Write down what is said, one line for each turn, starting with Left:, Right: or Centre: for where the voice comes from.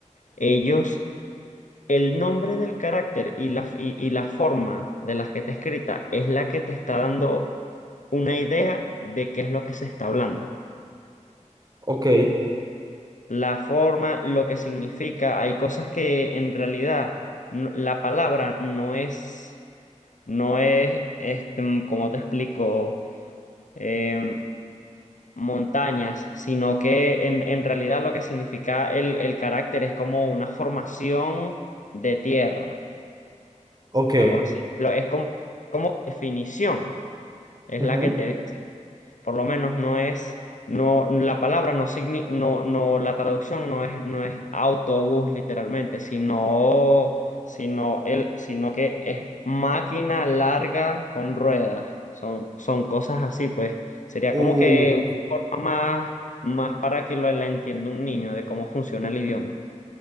Left: ellos, el nombre del carácter y la, y, y la forma de la que está escrita es la que te está dando una idea de qué es lo que se está hablando.
Right: ok,
Left: La forma, lo que significa, hay cosas que en realidad no- la palabra no es, no es, este, ¿cómo te explico? em, montañas, sino que en, en realidad lo que significa el, el carácter es como una formación de tierra,
Right: ok.
Left: algo así. Lo- es como, como definición es
Right: ujú.
Left: la que te dice. Por lo menos no es, no, la palabra no signi, no, no, la traducción no es, no es autobús literalmente, sino, sino el, sino que es máquina larga con ruedas. Son, son cosas así, pues. Sería
Right: Uh,
Left: como que una forma más, más para que lo, la entienda un niño de cómo funciona el idioma.